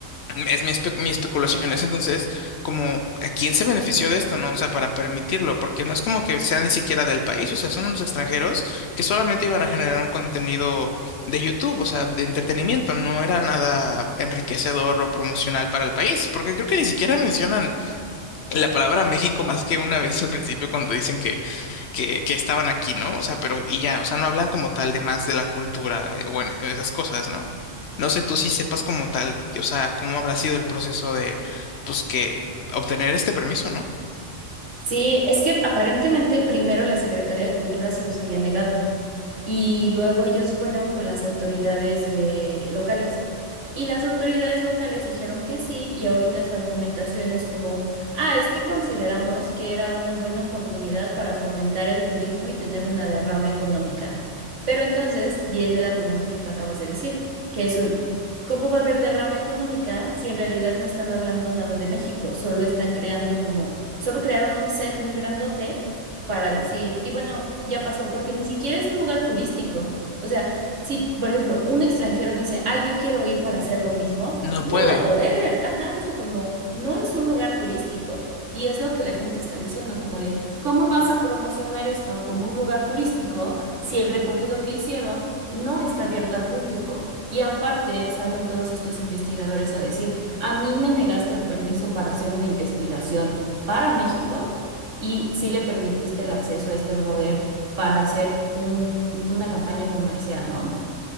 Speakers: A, on the left; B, on the right.
A: Es mi, espe- mi especulación, es entonces como a quién se benefició de esto, ¿no? O sea, para permitirlo, porque no es como que sea ni siquiera del país, o sea, son unos extranjeros que solamente iban a generar un contenido de YouTube, o sea, de entretenimiento, no era nada enriquecedor o promocional para el país, porque creo que ni siquiera mencionan la palabra México más que una vez al principio cuando dicen que que, que estaban aquí, ¿no? O sea, pero y ya, o sea, no hablan como tal de más de la cultura, eh, bueno, esas cosas, ¿no? No sé tú si sepas como tal, o sea, cómo habrá sido el proceso de, pues, que obtener este permiso, ¿no?
B: Sí, es que aparentemente primero la Secretaría de Cultura se los había negado. Y luego ellos fueron con las autoridades de locales. Y las autoridades locales dijeron que sí, y ahorita su argumentación es como, ah, es que consideramos que era una buena oportunidad para fomentar el turismo y tener una derrama económica. Pero entonces viene el argumento que tú acabas de decir, que es un, ¿cómo va a haber derrama económica si en realidad no están hablando nada de México? Solo están creando como, solo crearon un set muy grandote para decir, y bueno, ya pasó, porque ni siquiera es un lugar turístico. O sea, si, por ejemplo, un extranjero dice, ay, yo quiero ir para hacer lo mismo,
A: No
B: no
A: puede.
B: va a poder. Ajá, justo como no es un lugar turístico. Y es lo que la gente está diciendo, como de, ¿cómo vas a promocionar esto como un lugar turístico si el recorrido que hicieron no está abierto al público? Y aparte salen todos estos investigadores a decir, a mí me negaste el permiso para hacer una investigación para México y sí le permitiste el acceso a este brother para hacer un, una campaña comercial, ¿no?